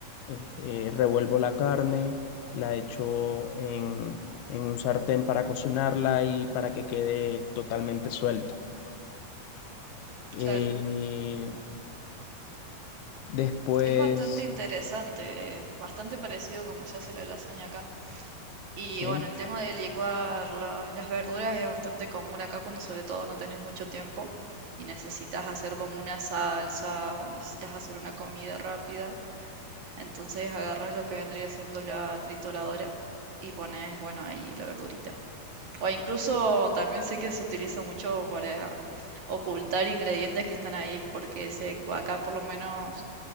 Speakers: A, on the left; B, on the right.
A: eh, eh, revuelvo la carne, la echo en, en un sartén para cocinarla y para que quede totalmente suelta. Eh,
B: claro.
A: después,
B: Es bastante interesante, eh, bastante parecido como se hace la lasaña acá. Y
A: sí,
B: bueno, el tema de licuar las, las verduras es bastante común acá cuando sobre todo no tenés mucho tiempo y necesitas hacer como una salsa o necesitas hacer una comida rápida. Entonces agarras lo que vendría siendo la trituradora y pones, bueno, ahí la verdurita. O incluso también sé que se utiliza mucho para ocultar ingredientes que están ahí, porque sé que acá por lo menos